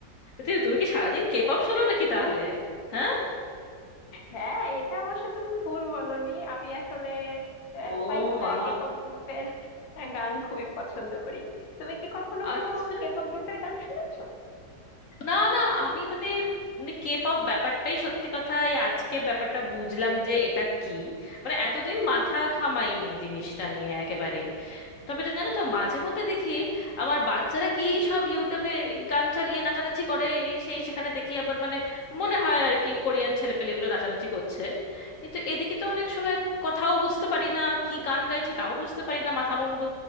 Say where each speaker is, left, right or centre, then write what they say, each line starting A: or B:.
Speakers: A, on the left (about 60°); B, on the left (about 80°).
A: তুমি তুমি কি সারাদিন কে পপ শোনো নাকি তাহলে হ্যাঁ
B: হ্যাঁ এটা অবশ্য তুমি ভুল বলনি আমি আসলে আহ,
A: ও
B: কয়েকটা
A: মা
B: কেপপ গ্রুপের গান খুবই পছন্দ করি তুমি কি কখনো কোনো
A: আচ্ছা
B: কেপপ গ্রুপের গান শুনেছো
A: না না আমি মানে মানে কে পপ ব্যাপারটাই সত্যি কথা এই আজকে ব্যাপারটা বুঝলাম যে এটা কি মানে এতদিন মাথা ঘামাইনি জিনিসটা নিয়ে একেবারেই তবে জানো তো মাঝে মধ্যে দেখি আমার বাচ্চারা কি সব ইউটিউবে গান চালিয়ে নাচানাচি করে এই সেই সেখানে দেখি আবার মানে মনে হয় আর কি কোরিয়ান ছেলেপেলেগুলো নাচানাচি করছে কিন্তু এদিকে তো অনেক সময় কথাও বুঝতে পারি না কি গান গাইছে তাও বুঝতে পারি না মাথা মুন্ডু